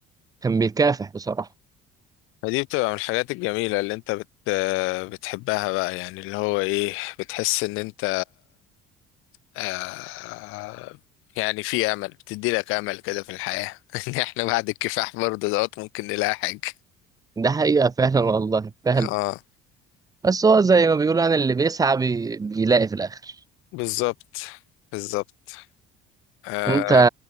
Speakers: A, on the right (about 15°); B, on the left (about 75°).
A: كان بيكافح بصراحه
B: فدي بتبقى من الحاجات الجميلة اللي انت بت... بتحبها بقى يعني اللي هو ايه بتحس ان انت آه يعني في امل بتدي لك امل كده في الحياة <laughs> ان احنا بعد الكفاح برضه دوت ممكن نلاقي حاجة
A: ده حقيقة فعلا والله فعلا
B: اه
A: بس هو زي ما بيقولوا يعني اللي بيسعى بي... بيلاقي في الآخر
B: بالظبط بالظبط آه
A: أنت